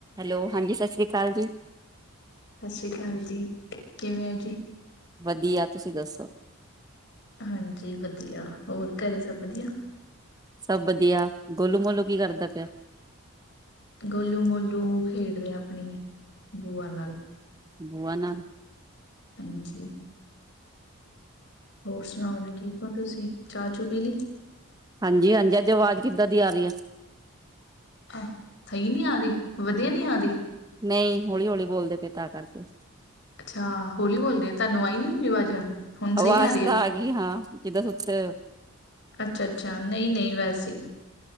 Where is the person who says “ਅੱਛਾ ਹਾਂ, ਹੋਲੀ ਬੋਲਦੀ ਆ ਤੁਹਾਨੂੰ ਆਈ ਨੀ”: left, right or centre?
Left